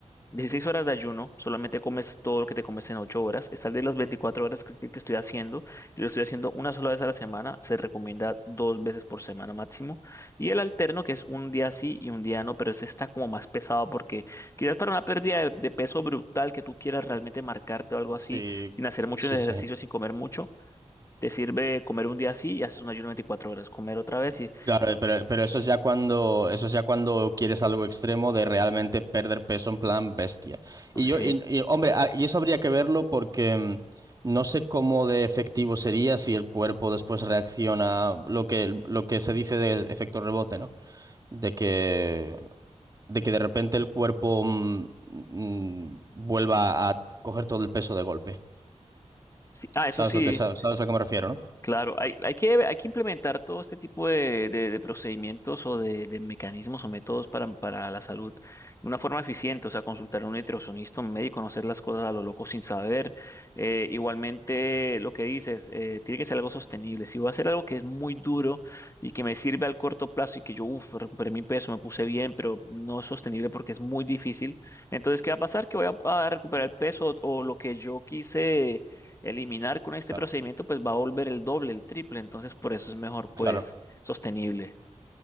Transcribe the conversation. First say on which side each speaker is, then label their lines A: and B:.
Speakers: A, on the left; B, on the right.
A: dieciséis horas de ayuno, solamente comes todo lo que te comes en 8 horas. Está el de las 24 horas que, que estoy haciendo, y lo estoy haciendo una sola vez a la semana, se recomienda dos veces por semana máximo. Y el alterno, que es un día sí y un día no, pero ese está como más pesado porque quizás para una pérdida de, de peso brutal que tú quieras realmente marcarte o algo
B: Sí,
A: así, sin hacer mucho
B: sí,
A: ejercicio,
B: sí.
A: sin comer mucho. Te sirve comer un día así y haces un ayuno 24 horas, comer otra vez y
B: Claro, eh, pero, pero eso es ya cuando, eso es ya cuando quieres algo extremo de realmente perder peso en plan bestia. Y
A: Sí,
B: yo, y, y, hombre, ah, y eso habría que verlo porque mm, no sé cómo de efectivo sería si el cuerpo después reacciona lo que, lo que se dice de efecto rebote, ¿no? De que, de que de repente el cuerpo mm, mm, vuelva a coger todo el peso de golpe.
A: sí. Ah, eso
B: ¿Sabes
A: sí,
B: lo que, sabes a lo que me refiero, ¿no?
A: claro. Hay, hay que, hay que implementar todo este tipo de, de- de procedimientos o de, de mecanismos o métodos para, para la salud de una forma eficiente. O sea, consultar a un nutricionista, un médico, no hacer las cosas a lo loco sin saber. Eh, igualmente, lo que dices, eh, tiene que ser algo sostenible. Si voy a hacer algo que es muy duro y que me sirve al corto plazo y que yo, uff, recuperé mi peso, me puse bien, pero no es sostenible porque es muy difícil. Entonces, ¿qué va a pasar? Que voy a, a recuperar el peso o o lo que yo quise eliminar con este
B: Claro.
A: procedimiento, pues va a volver el doble, el triple. Entonces, por eso es mejor, pues,
B: Claro.
A: sostenible.